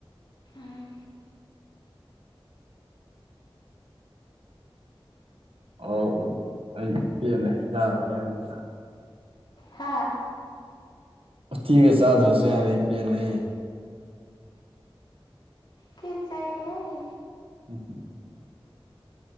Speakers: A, on the left (about 55°); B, on the right (about 80°).
A: ꯎꯝ
B: ꯑꯣ ꯑꯩ ꯄꯦꯜꯂꯦ ꯆꯥꯔꯔꯣꯏ ꯑꯝꯇ
A: ꯍꯥꯥ
B: ꯎꯊꯤꯒ ꯆꯥꯗ꯭ꯔꯁꯨ ꯌꯥꯔꯦ ꯄꯦꯜꯂꯦ
A: ꯀꯤꯖꯩꯌꯦ
B: <unintelligible>